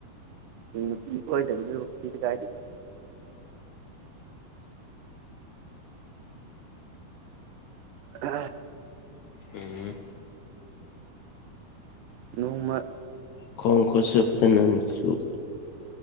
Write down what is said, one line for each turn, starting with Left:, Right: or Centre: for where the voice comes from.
Right: ꯅꯨꯄꯤ ꯑꯣꯏꯗꯕꯗꯨꯗꯤ ꯀꯥꯏꯔꯤꯗ ꯑ
Left: ꯎꯝ
Right: ꯅꯣꯡꯃ
Left: ꯀꯪꯀꯣꯁꯨ ꯆꯄꯗ ꯅꯆꯨ ꯑ